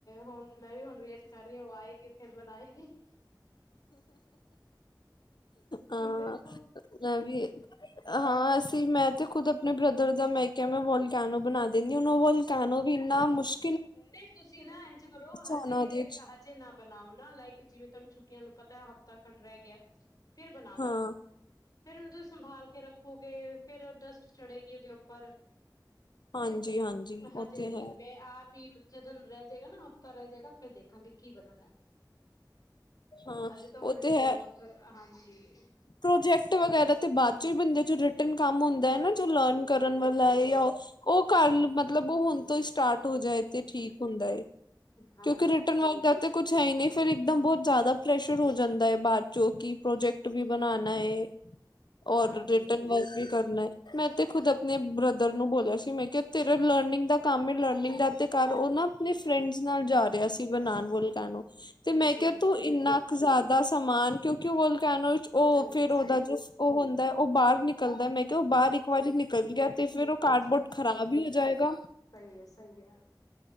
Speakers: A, on the left (about 50°); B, on the left (about 70°).
A: ਹੋਰ ਮੈਂ ਵੀ ਹੁਣ ਵੇਟ ਕਰ ਰਹੀ ਆਂ, ਉਹ ਆਏਗੀ ਫੇਰ ਬਣਾਏ। <unintelligible>
B: ਹਾਂ
A: ਦੇਖੋ
B: ਇਹ ਵੀ ਹਾਂ ਅਸੀਂ ਮੈਂ ਤੇ ਖੁੱਦ ਆਪਣੇ ਬ੍ਰਦਰ ਦਾ ਮੈਂ ਕਿਹਾ ਮੈਂ ਵਲ ਕਨੋ ਬਣਾ ਦਿੰਦੀ ਹੁਣ ਉਹ ਵਲ ਕੈਨੋ ਵੀ ਇੰਨਾ ਮੁਸ਼
A: ਨਹੀਂ ਤੁਸੀਂ ਨਾ ਇੰਝ ਕਰੋ ਹਜੇ
B: ਆਉਣਾ ਉਹਦੇ ਚ
A: ਹਜੇ ਨਾ ਬਣਾਓ ਨਾ ਲਾਈਕ ਜਿਵੇਂ ਤੁਹਾਨੂੰ ਛੁੱਟੀ ਆਂ ਨੂੰ ਪਤਾ ਹੈ ਹਫ਼ਤਾ ਖੰਡ ਰਹਿ ਗਿਆ ਫਿਰ ਬਣਾਨਾ
B: ਹਾਂ
A: ਫਿਰ ਉਹ ਨੂੰ ਸੰਭਾਲ ਕੇ ਰੱਖੋਗੇ ਫੇਰ ਉਹ ਡਸਟ ਚੜੇਗੀ ਉਹਦੇ ਉੱਪਰ
B: ਹਾਂਜੀ ਹਾਂਜੀ ਉਥੇ
A: ਹਜੇ ਨਹੀਂ
B: ਹੈ।
A: ਮੈਂ ਆਪ ਜਦੋਂ ਰਹਿ ਜਾਏਗਾ ਨਾ ਹਫ਼ਤਾ ਰਹਿ ਜਾਏਗਾ ਫਿਰ ਦੇਖਾਂਗੇ ਕੀ ਬਣਨਾ
B: ਹਾਂ
A: ਅਜੇ ਤਾਂ
B: ਉਹ
A: ਹੋਲੀਡੇ
B: ਤੇ ਹੈ
A: ਹੋਮੋ ਹਾਂਜੀ। ਜੀ
B: ਪ੍ਰੋਜੈਕਟ ਵਗੈਰਾ ਤੇ ਬਾਦ ਚੋ ਹੀ ਬਣਨੇ ਜਦੋ ਰਿਟਰ ਕੰਮ ਹੁੰਦਾ ਨਾ ਜੋ ਲਰਨ ਕਰਨ ਵਾਲਾ ਹੈ ਉਹ ਮਤਲਬ ਹੁਣ ਤੋਂ ਸਟਾਰਟ ਹੋ ਜਾਏ ਤੇ ਠੀਕ ਹੁੰਦਾ ਹੈ।
A: ਹਾਂਜੀ
B: ਕਿਉਂਕਿ ਰਿਟਰਨ
A: ਬਿਲਕੁਲ।
B: ਵਰਕ ਜਾ ਤੇ ਕੁੱਛ ਹੈ ਹੀ ਨਹੀਂ ਫੇਿਰ ਇੱਕਦਮ ਬਹੁਤ ਜ਼ਿਆਦਾ ਪ੍ਰੈਸ਼ਰ ਹੋ ਜਾਂਦਾ ਹੈ ਬਾਅਦ ਚੋਂ ਕਿ ਪ੍ਰੋਜੈਕਟ ਵੀ ਬਣਾਉਣਾ ਏ। ਔਰ
A: ਹਾਂਜੀ,
B: ਰਿਟਰਨ ਵਰਕ ਵੀ ਕਰਨਾ ਮੈਂ ਤੇ ਖੁਦ ਆਪਣੇ ਬ੍ਰਦਰ ਨੂੰ ਬੋਲਿਆ ਸੀ ਮੈਂ ਕਿਹਾ ਤੇਰਾ ਲਰਨਿੰਗ ਦਾ ਕੰਮ ਹੈ ਲਰਨਿੰਗ ਦਾ ਕਰ, ਉਹ ਨਾ ਆਪਣੇ ਫਰੈਂਡਸ ਨਾਲ ਜਾ ਰਿਹਾ ਸੀ ਬਣਾਨ ਵੋਲ ਕਹਨੋ ਤੇ ਮੈਂ
A: ਓਕੇ-ਓਕੇ
B: ਕਿਹਾ ਤੂੰ ਇੰਨਾ ਕੁ ਜ਼ਿਆਦਾ ਦਾ ਸਮਾਨ ਕਿਉਂਕਿ ਵੋਲ ਕੈਹਨੋ ਚੋ ਉਹ
A: ਸਹੀ
B: ਫੇਰ
A: ਹੈ,
B: ਉਹਦਾ
A: ਸਹੀ ਹੈ।
B: ਜੋ ਉਹ ਹੁੰਦਾ ਏ ਉਹ ਬਾਹਰ ਨਿਕਲਦਾ ਮੈਂ ਕਿਹਾ ਉਹ ਬਾਹਰ ਵਾਰੀ ਨਿਕਲ
A: ਠੀਕ
B: ਗਿਆ
A: ਹੈ
B: ਤੇ ਫਿਰ ਉਹ ਕਾਰਡਬੋਰਡ
A: ਅੱਛਾ ਅੱਛਾ
B: ਖ਼ਰਾਬ ਹੀ ਹੋ ਜਾਏਗਾ
A: ਸਹੀ ਹੈ ਸਹੀ ਹੈ।